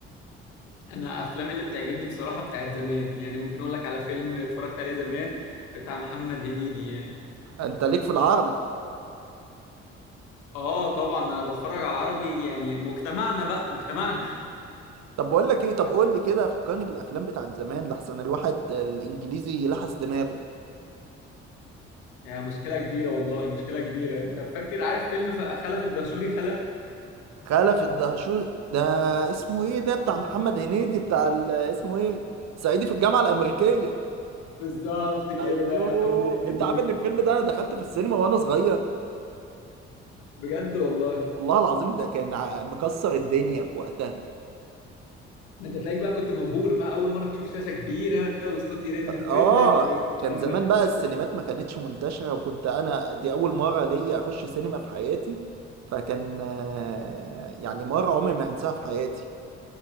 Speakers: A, on the left; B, on the right.
A: انا افلام اللي بتعجبني بصراحه بتاعت زمان يعني ممكن اقول لك على فيلم اتفرجت عليه زمان بتاع محمد هنيدي يعني
B: أنت ليك في العربي
A: اه طبعا انا بتفرج على العربي يعني مجتمعنا بقى مجتمعنا
B: طب بقول لك إيه طب قول لي كده فكرني بالأفلام بتاعت زمان لحسن الواحد الإنجليزي لحس دماغه
A: <laughs> يعني مشكله كبيره والله مشكله كبيره انت فاكر عارف فيلم ف- خلف الدشوري خلف
B: خلف الدهشور ده اسمه ايه ده بتاع محمد هنيدي بتاع ال- اسمه ايه صعيدي في الجامعة الأمريكية
A: ب- بالظبط كده
B: ايوه
A: هما الاثنين
B: انت عارف
A: دول
B: ان الفيلم ده انا دخلته في السينما وانا صغير
A: بجد والله
B: والله العظيم ده كان ع- مكسر الدنيا في وقتها
A: ده انت تلاقيك بقى كنت مبهور بقى اول مره تشوف شاشه كبيره والصوت يرن في
B: اه
A: ودنك والكلام
B: كان زمان
A: ده
B: بقى السينمات ما كانتش منتشرة وكنت انا دي اول مرة ليا اخش سينما في حياتي فكان آه، يعني مرة عمري ما هنساها في حياتي